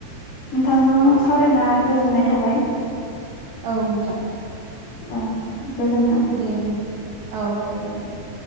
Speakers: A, on the left; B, on the right.
A: नोंथांजों सावरायना गोजोननाय थाबाय
B: औ नोंथां
A: औ गोजोन्थों।
B: दे होनबा औ दे गोजोनथों